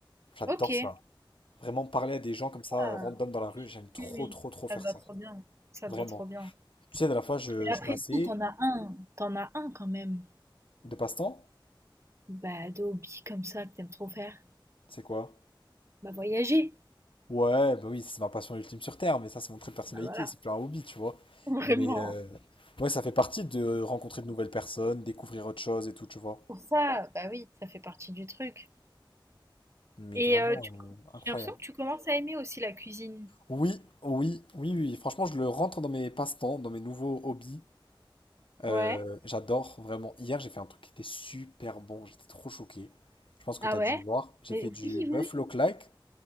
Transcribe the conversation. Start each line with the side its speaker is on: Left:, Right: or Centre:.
Left: J'adore
Right: OK.
Left: ça. Vraiment parler à des gens comme ça,
Right: Ah,
Left: euh, random dans la rue, j'aime trop,
Right: oui, oui,
Left: trop, trop faire
Right: ça te va
Left: ça.
Right: trop bien, ça
Left: Vraiment.
Right: te va trop bien.
Left: Tu sais, de la fois, je,
Right: Et après
Left: je passais
Right: si, t'en as un, t'en as un quand même,
Left: de passe-temps.
Right: bah, de hobby comme ça que t'aimes trop faire?
Left: C'est quoi?
Right: Bah, voyager.
Left: Ouais, bah oui, c'est ma passion ultime sur Terre, mais ça, c'est mon trait de personnalité,
Right: Bah, voilà.
Left: c'est plus un hobby, tu vois.
Right: <laughs> Vraiment.
Left: Mais euh, ouais, ça fait partie de rencontrer de nouvelles personnes, découvrir autre chose et tout, tu vois.
Right: Pour ça, bah oui, ça fait partie du truc.
Left: Mais
Right: Et
Left: vraiment
Right: heu, tu
Left: euh,
Right: J'ai
Left: incroyable.
Right: l'impression que tu commences à aimer aussi la cuisine.
Left: Oui, oui, oui, oui. oui. Franchement, je le rentre dans mes passe-temps, dans mes nouveaux hobbies. Euh,
Right: Ouais.
Left: j'adore vraiment. Hier, j'ai fait un truc qui était super bon. J'étais trop choqué. Je pense que
Right: Ah
Left: tu as
Right: ouais?
Left: dû voir. J'ai
Right: Mais
Left: fait
Right: oui,
Left: du
Right: oui,
Left: buffalo
Right: oui.
Left: like